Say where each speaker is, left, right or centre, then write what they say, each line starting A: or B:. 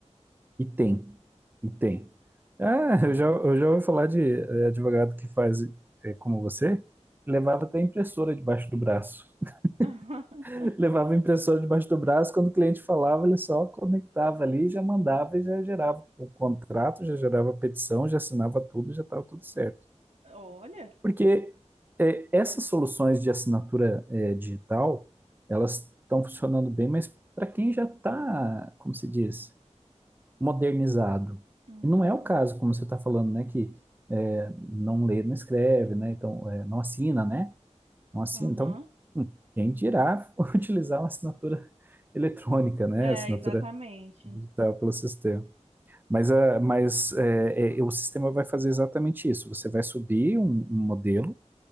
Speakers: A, on the right; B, on the right.
A: E tem, e tem. Ah, eu já, eu já ouvi falar de eh, advogado que faz eh, como você, que levava até impressora debaixo do braço.
B: <laughs>
A: <laughs> Levava a impressora debaixo do braço, quando o cliente falava, ele só conectava ali, já mandava e já gerava o contrato, já gerava a petição, já assinava tudo, já estava tudo certo.
B: Olha,
A: Porque eh, essas soluções de assinatura eh, digital, elas estão funcionando bem, mas para quem já está, como se diz? modernizado.
B: uhum,
A: E não é o caso, como você está falando, né, que é, não lê, não escreve, né, então é, não assina, né, não assina.
B: aham.
A: Então, hum, quem dirá <laughs> utilizar uma assinatura eletrônica, né,
B: É,
A: assinatura
B: exatamente.
A: digital pelo sistema. Mas, a, mas é, é, o sistema vai fazer exatamente isso. Você vai subir um, um modelo,